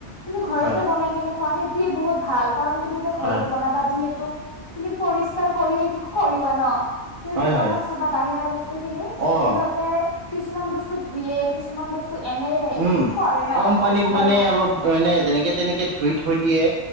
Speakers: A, on the left (about 25°); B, on the right (about 70°).
A: তুমি ঘৰতে
B: হয়
A: বনাই কেনে খুৱোৱা সেইটোয়ে বহুত ভাল। কাৰণ তুমি এতিয়া ঘৰত
B: হয় হয়
A: বনাবা যিহেতু, তুমি পৰিষ্কাৰ কৰিয়ে কি কৰিবা ন? কিন্তু
B: হয়
A: দোকানত
B: হয়
A: চাবা বাহিৰা বস্তু খিনি
B: অঁ
A: ইহঁতে কিছুমান বস্তু ধুয়ে, কিছুমান বস্তু ত এনেই
B: উম,
A: কি কৰে ন
B: কম পানীত
A: বনাই।
B: মানে অলপ মানে যেনেকে তেনেকে ধুই থৈ দিয়ে